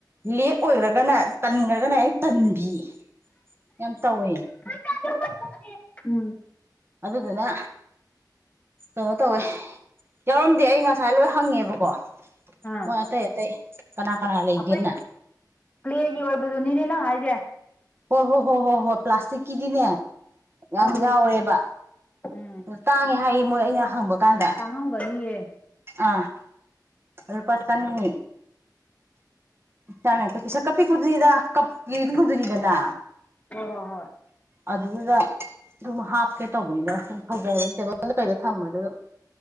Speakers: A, on the right (about 35°); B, on the left (about 20°).
A: ꯂꯦꯛ ꯑꯣꯏꯔꯒꯅ ꯇꯟꯒ꯭ꯔꯒꯅ ꯍꯦꯛ ꯇꯟꯕꯤ ꯌꯥꯝ ꯇꯧꯋꯦ
B: <unintelligible> ꯎꯝ
A: ꯑꯗꯨꯗꯨꯅ ꯀꯩꯅꯣ ꯇꯧꯋꯦ ꯌꯥꯎꯔꯝꯗꯦ ꯑꯩ ꯉꯁꯥꯏ ꯂꯣꯏ ꯍꯪꯉꯦꯕꯀꯣ
B: ꯑꯥ
A: ꯃꯣꯏ ꯑꯇꯩ ꯑꯇꯩ ꯀꯅꯥ ꯀꯅꯥ ꯂꯩꯒꯦꯅ
B: ꯑꯩꯈꯣꯏ ꯀ꯭ꯂꯦꯒꯤ ꯑꯣꯏꯕꯗꯨ ꯅꯤꯅꯦ ꯅꯪ ꯍꯥꯏꯖꯦ
A: ꯍꯣꯏ ꯍꯣꯏ ꯍꯣꯏ ꯍꯣꯏ ꯍꯣꯏ ꯄ꯭ꯂꯥꯁꯇꯤꯛꯀꯤꯗꯤꯅꯦ ꯌꯥꯝ
B: ꯈꯪꯉꯤꯅꯦ
A: ꯌꯥꯎꯔꯦꯕ
B: ꯈꯪꯉꯤꯅꯦ ꯎꯝ
A: ꯇꯥꯡꯉꯦ ꯍꯥꯏꯌꯦ ꯃꯣꯏ ꯑꯩꯅ ꯍꯪꯕ ꯀꯥꯟꯗ
B: ꯇꯥꯡꯉꯝꯒꯅꯤꯌꯦ
A: ꯑꯥ ꯂꯨꯄꯥ ꯆꯅꯤ ꯆꯥꯃ ꯌꯥꯡꯈꯩ ꯄꯤꯁꯛꯀ ꯄꯤꯛꯄ ꯗꯨꯅꯤꯗ ꯀꯞꯀꯤ ꯑꯗꯨꯒꯨꯝꯕꯗꯨꯅꯤꯗꯅ
B: ꯍꯣꯏ ꯍꯣ ꯍꯣꯏ
A: ꯑꯗꯨꯗꯥ ꯑꯗꯨꯝ ꯍꯥꯞꯀꯦ ꯇꯧꯕꯅꯤꯗ ꯁꯨꯝ <inaudible> ꯇꯦꯕꯜꯗ ꯀꯩꯗ ꯊꯝꯕꯗ ꯗꯨ